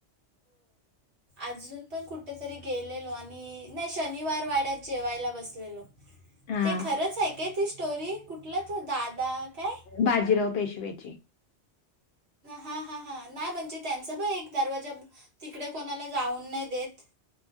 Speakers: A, on the left (about 60°); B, on the right (about 60°).
A: <inaudible> <unintelligible>
B: अजूंन पणं कुठेतरी गेलेलो आणि नाहीं शनिवार वाड्यांत जेवायंला बसलेलो
A: हां,
B: ते खरंच आहे कायं ती स्टोरी कुठंला तो दादा कायं
A: बाजीराव पेशव्यांची
B: हां हां हां नाहीं म्हणजे त्यांचां पणं एक दरवांजा तिकडे कोणांला जाऊंन नाहीं देतं